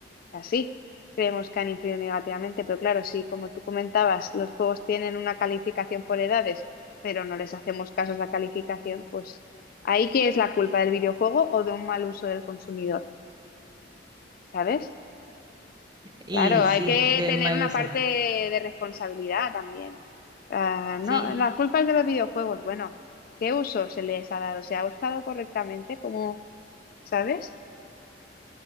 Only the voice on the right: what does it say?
Y
sí,
de
mal
uso.
Sí,